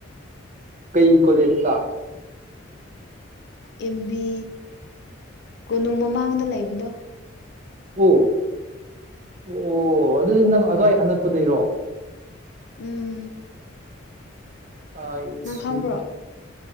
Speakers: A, on the right; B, on the left.
A: ꯀꯩ ꯀꯣꯂꯦꯖꯇ
B: ꯏꯦꯝꯕꯤ ꯀꯣꯅꯨ ꯃꯃꯥꯡꯗ ꯂꯩꯕꯗꯣ
A: ꯑꯣ ꯑꯣ ꯑꯗꯨꯗꯤ ꯅꯪ ꯑꯗꯨ꯭ꯋꯥꯏ ꯑꯅꯛꯄꯗꯩꯔꯣ
B: ꯎꯝ
A: ꯇꯥꯥꯏꯁ
B: ꯅꯪ ꯈꯪꯕ꯭ꯔꯣ